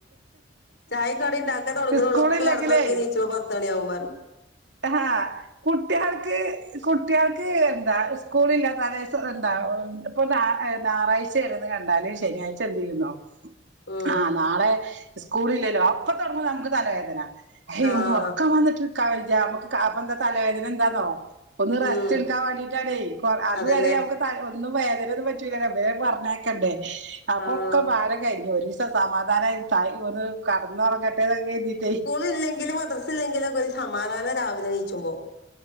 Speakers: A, on the left (about 75°); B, on the right (about 85°).
A: ചായിം കടിം ഇണ്ടാക്കാൻ തൊടങ്ങ്ണൊള്ളൂ
B: സ്കൂളില്ലെങ്കിലെ
A: ഒക്കെ കടന്നൊറങ്ങി നീച്ചുമ്പോ പത്ത് മണിയാവും പറഞ്ഞു
B: ആഹ് കുട്ട്യാൾക്ക്, കുട്ട്യാൾക്ക് എന്താ. സ്കൂളില്ലാ തലേസം എന്താ പ്പം ഞാറാ ഏഹ്. ഞാറാഴ്ച്ചേണ് കണ്ടാല് ശനിയാഴ്ച എന്തെയ്യുന്നോ.
A: ഉം
B: ആഹ് നാളെ സ്കൂളില്ലല്ലോ അപ്പ തൊടങ്ങു ക്ക് തലവേദന ഹേയ്
A: ആഹ്
B: മ്മുഒർക്കം വന്ന്ട്ട് കവ് ജാമു അപ്പന്താ തലവേദന ന്താന്നോ ഒന്ന് റസ്റ്റ്ട്
A: ഉം
B: ക്കാവാണ്ടിട്ടാണേ. കൊറ അത്
A: അതന്നെ
B: വരേ അവക്ക് താ ഒന്നും വേദനൊന്നും പറ്റൂലല്ലോ. വേം പർഞ്ഞേക്കണ്ടേ. അപ്പോക്കെ
A: ആഹ്
B: <unintelligible> ക്കയ്ഞ്ഞി. ഒരിസം സമാധാനായി തായ് ഒന്ന് കട്‌ന്നൊറങ്ങട്ടേന്ന <unintelligible>
A: സ്കൂള് ഇല്ലെങ്കിലും മദ്രസ് ഇല്ലെങ്കിലൊക്കൊര് സമാധാന രാവിലെണീച്ചുമ്പൊ.